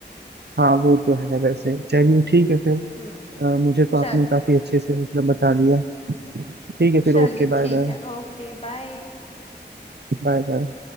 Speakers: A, on the right; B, on the left.
A: हाँ वो तो है वैसे चलिए ठीक है फिर
B: हम्म
A: अ, मुझे तो आपने
B: चलिए
A: काफी अच्छे से मतलब बता दिया ठीक है फिर
B: चलिए
A: Okay bye
B: ठीक
A: bye
B: है Okay bye
A: Bye bye